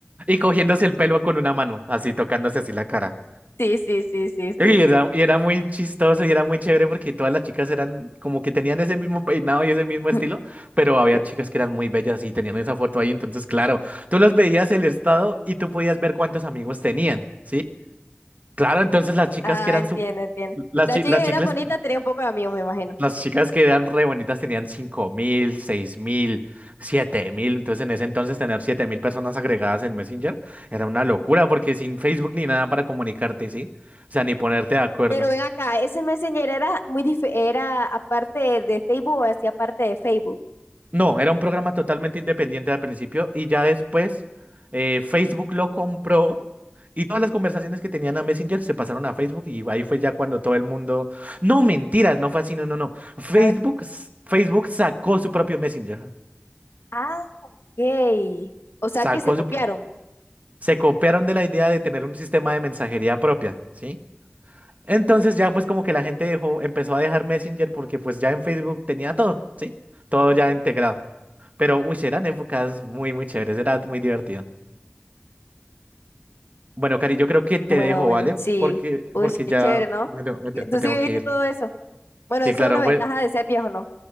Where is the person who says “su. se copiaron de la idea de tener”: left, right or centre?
Right